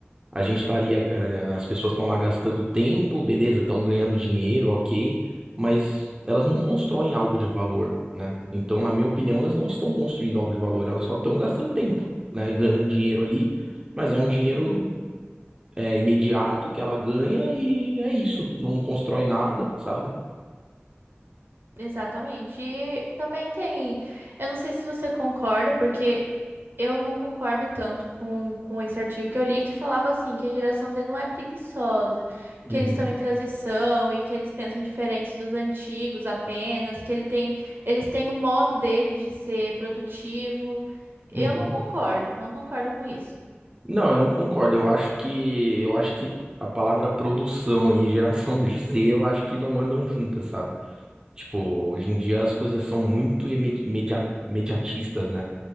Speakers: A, on the right (about 20°); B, on the right (about 60°).
A: a gente estaria, eh, as pessoas estão lá gastando tempo, beleza, estão ganhando dinheiro, ok, mas elas não constroem algo de valor, né? Então, na minha opinião, elas não estão construindo algo de valor, elas só estão gastando tempo, né? e Ganhando dinheiro ali, mas é um dinheiro, eh, imediato que ela ganha e é isso, não constrói nada, sabe?
B: Exatamente. E também tem. Eu não sei se você concorda, porque eu não concordo tanto com, com esse artigo que eu li, que falava assim, que a geração Z não é preguiçosa,
A: Uhum,
B: que eles estão em transição e que eles pensam diferente dos antigos apenas, que ele tem, eles têm o modo deles de ser produtivo.
A: uhum.
B: Eu não concordo, não concordo com isso.
A: Não, eu não concordo. Eu acho que eu acho que a palavra produção e geração <laughs> Z, eu acho que não andam juntas, sabe? Tipo, hoje em dia as coisas são muito imedi- imedia- imediatistas, né?